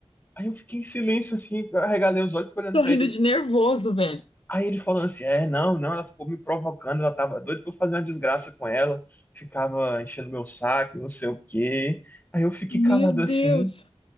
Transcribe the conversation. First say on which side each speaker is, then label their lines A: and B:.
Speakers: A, on the left (about 20°); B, on the left (about 65°).
A: Aí eu fiquei em silêncio assim, eu arregalei os olhos, e fiquei olhando
B: Tô
A: pra
B: rindo
A: ele.
B: de nervoso, velho.
A: Aí ele falando assim, é, não, não, ela ficou me provocando, ela tava doida pra eu fazer uma desgraça com ela, ficava enchendo meu saco, não sei o quê. Aí eu fiquei
B: Meu
A: calado
B: Deus.
A: assim,